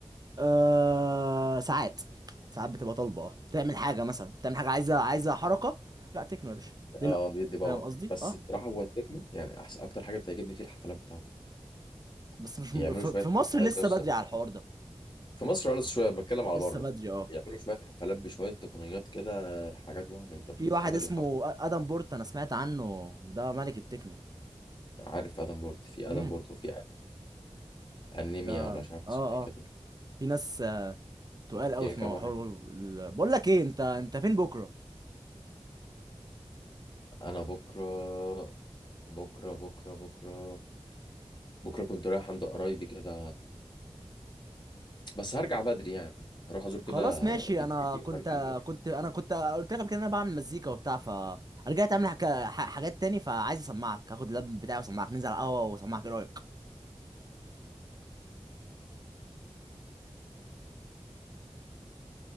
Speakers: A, on the right; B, on the left.
A: آه ساعات ساعات بتبقى طالبه اه تعمل حاجه مثلا تعمل حاجه عايزه عايزه حركه لا تكنو يا باشا ليه
B: آه
A: لا
B: بيدي باور
A: فاهم قصدي
B: بس
A: اه
B: بصراحة هو التكنو يعني أحسن أكتر حاجة بتعجبني فيه الحفلات بتاعته
A: بس مش
B: بيعملوا
A: م- ف-
B: شوية
A: في مصر
B: حفلات
A: لسه
B: يا اسطى
A: بدري على الحوار ده
B: في مصر قلص شويه بتكلم على
A: لسه
B: بره
A: بدري اه
B: بيعملوا شويه حفلات بشويه تقنيات كده حاجات وهم انت بتبقى
A: في واحد
B: حاضر
A: اسمه
B: الحفله
A: أ- ادم بورت انا سمعت عنه ده ملك التكنو
B: عارف ادم بورت في
A: امم
B: ادم بورت وفي انمي انيميا
A: ده اه
B: ولا مش عارف اسمه
A: اه
B: ايه كده
A: في ناس آه، تقال
B: فيها
A: قوي في
B: كام
A: موضوع
B: واحد كده.
A: ال- بقول لك ايه انت انت فين بكره
B: انا بكره بكره بكره بكره بكره كنت رايح عند قرايبي كده بس هرجع بدري يعني هروح ازور كده
A: خلاص ماشي
B: جدتي
A: انا كنت
B: وارجع بدري
A: كنت انا كنت قلت لك قبل كده إن انا بعمل مزيكا وبتاع ف رجعت اعمل حك... ح- حاجات تاني فعايز اسمعك هاخد اللاب بتاعي واسمعك ننزل على القهوه واسمعك ايه رايك